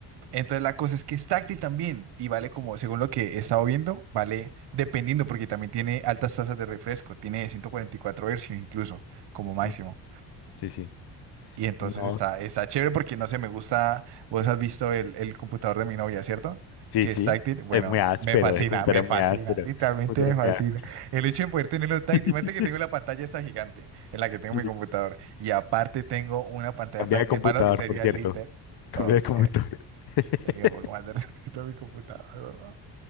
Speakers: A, on the right (about 55°); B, on the left (about 50°).
A: entonces la cosa es que es táctil también y vale como, según lo que he estado viendo, vale dependiendo porque también tiene altas tasas de refresco. Tiene 144 Hz incluso como máximo.
B: Mm, Sí, sí.
A: Y entonces
B: No,
A: está, está chévere porque no sé, me gusta. Vos has visto el, el computador de mi novia, ¿cierto?
B: sí,
A: Que
B: sí.
A: es táctil. Bueno,
B: Es muy áspero,
A: me fascina,
B: ese computador
A: me fascina,
B: es muy áspero.
A: literalmente
B: Computador
A: me fascina.
B: muy áspero.
A: El hecho de poder tenerlo táctil.
B: <laughs>
A: Imagínate que tengo la pantalla esta gigante en la que tengo
B: Sí.
A: mi computador. Y aparte tengo una pantalla
B: Cambié
A: táctil.
B: de computador,
A: Mano, sería
B: por cierto.
A: literal.
B: Cambié
A: Ok,
B: de computador. <laughs>
A: tenía un poco más de <laughs> respeto a mi computador, ¿no?